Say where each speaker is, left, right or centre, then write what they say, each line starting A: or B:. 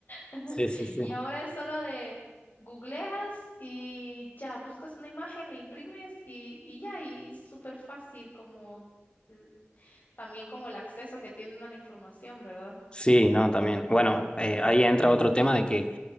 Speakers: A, on the left; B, on the left.
A: <laughs>
B: sí, sí, sí.
A: Y ahora es solo de googleas y ya buscas una imagen, la imprimes y, y ya, y es súper fácil como l- también como el acceso que tienen a la información, ¿verdad?
B: Sí, no, también. Bueno, eh, ahí entra otro tema de que